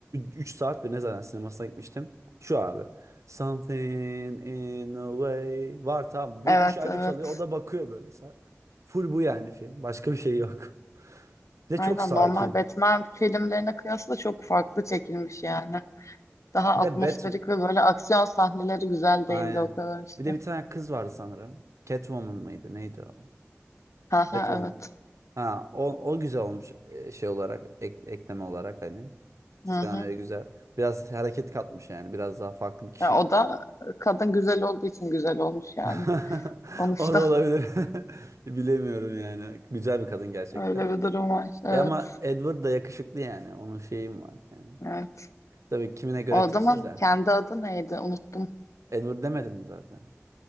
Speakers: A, on the right (about 85°); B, on the left (about 85°).
A: üç saat bir ne zaten sinemasına gitmiştim. Şu abi. Something in a way. Var tamam. Bu,
B: Evet
A: bu şarkı
B: evet.
A: çalıyor. O da bakıyor böyle. sadece Full bu yani film. Başka bir şey yok. Bir
B: Aynen
A: de çok sakin.
B: normal Batman filmlerine kıyasla çok farklı çekilmiş yani. Daha
A: Bir
B: atmosferik
A: de Bat
B: ve böyle aksiyon sahneleri güzel değildi
A: Aynen.
B: o kadar işte.
A: Bir de bir tane kız vardı sanırım. Catwoman mıydı? Neydi o?
B: Aha
A: Catwoman.
B: evet.
A: Ha, o, o güzel olmuş e, şey olarak ek- ekleme olarak hani. Senaryoya
B: Hı hı.
A: güzel. Biraz hareket katmış yani. Biraz daha farklı bir kişi.
B: Ya o da e, kadın güzel olduğu için güzel olmuş yani.
A: <laughs>
B: Sonuçta
A: O da olabilir. <laughs> Bilemiyorum yani. Güzel bir kadın gerçekten.
B: <laughs> öyle bir durum var. Evet.
A: E ama Edward da yakışıklı yani. Onun şeyim var yani.
B: Evet.
A: Tabii kimine göre
B: O adamın
A: tipsiz de.
B: kendi adı neydi? Unuttum.
A: Edward demedin mi zaten?